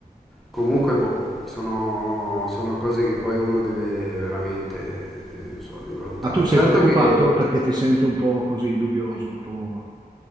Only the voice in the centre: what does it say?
comunque, boh, sono, sono cose che poi uno deve veramente, eh, non so, deve valutare.
Certo
che